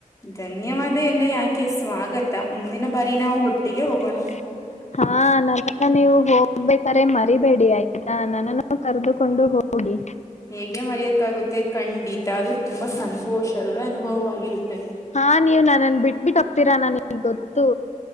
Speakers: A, on the left (about 25°); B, on the left (about 55°).
A: ಧನ್ಯವಾದ ಎಲ್ಲ ಯಾಕೆ ಸ್ವಾಗತ ಮುಂದಿನ ಬಾರಿ ನಾವು ಹುಟ್ಟ
B: <inaudible>
A: <inaudible>
B: ಹಾ ನನ್ನನ್ನು ನೀವು ಹೋಗ್ಬೇಕ್ರೆ ಮರಿಬೇಡಿ ಆಯ್ತಾ ನನ್ನನ್ನು ಕರೆದುಕೊಂಡು ಹೋಗಿ.
A: ಹೇಗೆ ಮರೆಯಕ್ಕಾಗುತ್ತೆ ಖಂಡಿತ ಅದು ತುಂಬಾ ಸಂತೋಷದ ಅನುಭವವಾಗಿರುತ್ತದೆ.
B: ಹಾ ನೀವ್ ನನ್ನನ್ ಬಿಟ್ಬಿಟ್ಟ ಹೋಗ್ತೀರಾ ನನ್ಗ್ ಗೊತ್ತು.